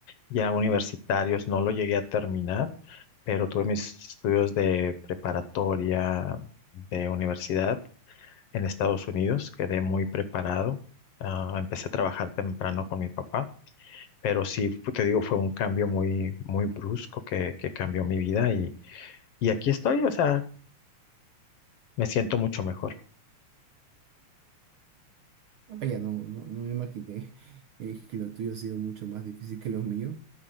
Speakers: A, on the left (about 65°); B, on the right (about 65°).
A: ya universitarios, no lo llegué a terminar, pero tuve mis estudios de preparatoria, de universidad en Estados Unidos. Quedé muy preparado. Ah, empecé a trabajar temprano con mi papá, pero sí, fu- te digo, fue un cambio muy, muy brusco que, que cambió mi vida y, y aquí estoy. O sea, me siento mucho mejor.
B: Vaya, no, no, no me imaginé eh, que lo tuyo ha sido mucho más difícil que lo mío.